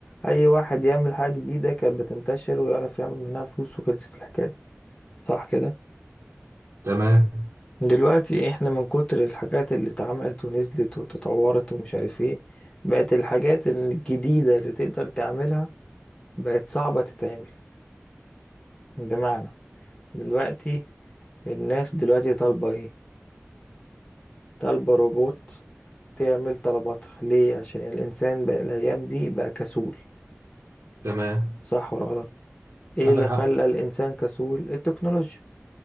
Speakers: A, on the left; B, on the right.
A: أي واحد يعمل حاجة جديدة كانت بتنتشر ويعرف يعمل منها فلوس وخلصت الحكاية صح كده
B: تمام
A: دلوقتي احنا من كتر الحاجات اللي اتعملت ونزلت وتطورت ومش عارف ايه بقت الحاجات الجديدة اللي تقدر تعملها بقت صعبة تتعمل بمعنى دلوقتي الناس دلوقتي طالبة ايه طالبة روبوت تعمل طلباتها ليه عشان الانسان بقى الايام دي بقى كسول
B: تمام
A: صح ولا غلط ايه
B: عندك
A: اللي
B: حق
A: خلى الانسان كسول التكنولوجيا